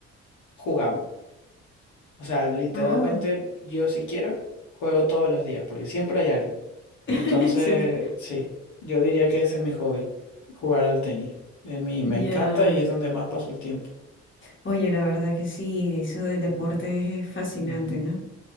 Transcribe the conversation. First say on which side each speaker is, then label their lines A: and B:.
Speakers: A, on the left (about 75°); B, on the left (about 40°).
A: jugamos. O sea, literalmente
B: Oh,
A: yo si quiero, juego todos los días porque siempre hay alguien.
B: <laughs>
A: Entonces,
B: siempre.
A: sí, yo diría que ese es mi hobby, jugar al tenis. Es mi, me
B: Ya.
A: encanta y es donde más paso el tiempo.
B: Oye, la verdad que sí, eso del deporte es fascinante,
A: Ujú.
B: ¿no?